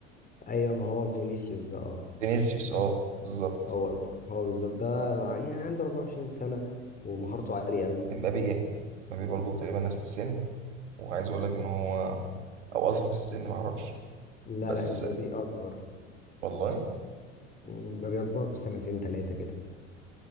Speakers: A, on the left; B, on the right.
A: ايوه ما هو فينيسيوس ده اه
B: فينيسيوس أه بالظبط
A: هو هو بالظبط ده يعني عنده 24 سنة ومهارته عالية قوي
B: امبابي جامد امبابي برضه تقريبا نفس السن وعايز أقول لك إن هو أو أصغر في السن معرفش
A: لا
B: بس
A: لا امبابي اكبر
B: والله
A: امبابي اكبر بسنتين ثلاثة كده